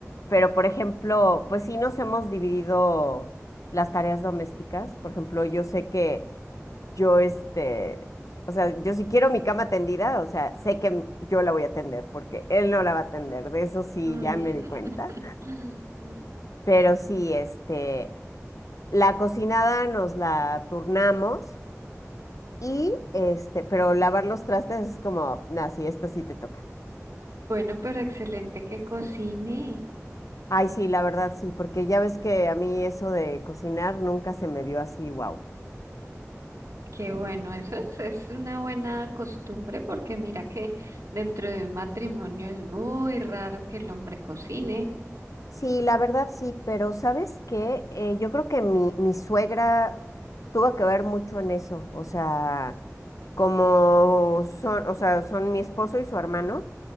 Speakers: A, on the left; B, on the right.
A: pero por ejemplo, pues sí nos hemos dividido las tareas domésticas, por ejemplo, yo sé que... yo este, o sea, yo si quiero mi cama tendida, o sea, sé que m- yo la voy a tender porque él no la va a tender, de eso sí
B: Mm.
A: ya me di cuenta.
B: <laughs>
A: Pero sí, este, la cocinada nos la turnamos y este, pero lavar los trastes es como, nah, sí, esto sí te toca.
B: Bueno, pero excelente que cocine.
A: Ay, sí, la verdad sí, porque ya ves que a mí eso de cocinar nunca se me dio así, wow.
B: Qué bueno, eso es, es una buena costumbre porque mira que dentro de un matrimonio es muy raro que el hombre cocine.
A: Sí, la verdad sí, pero ¿sabes qué? Eh, yo creo que mi, mi suegra tuvo que ver mucho en eso. O sea, como son, o sea, son mi esposo y su hermano,